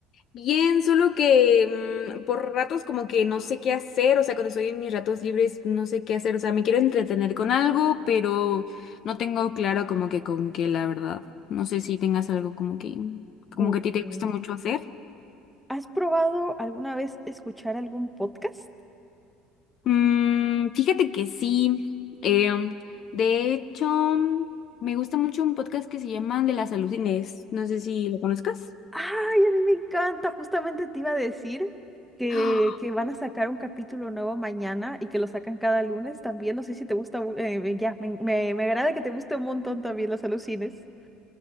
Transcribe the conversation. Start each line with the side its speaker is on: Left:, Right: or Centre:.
Left: Bien, solo que mm, por ratos como que no sé qué hacer, o sea, cuando estoy en mis ratos libres no sé qué hacer, o sea, me quiero entretener con algo, pero no tengo claro como que con qué, la verdad. No sé si tengas algo como que, como
Centre: Ujú.
Left: que a ti te gusta mucho hacer.
Centre: ¿Has probado alguna vez escuchar algún podcast?
Left: Mm, fíjate que sí. em, de hecho, me gusta mucho un podcast que se llama De la Salud Inés. No sé si lo conozcas.
Centre: Ay, a mí me encanta, justamente te iba a decir que,
Left: <gasps>
Centre: que van a sacar un capítulo nuevo mañana y que lo sacan cada lunes también, no sé si te gusta, mu- eh, ya, me, me me agrada que te guste un montón también los alucines.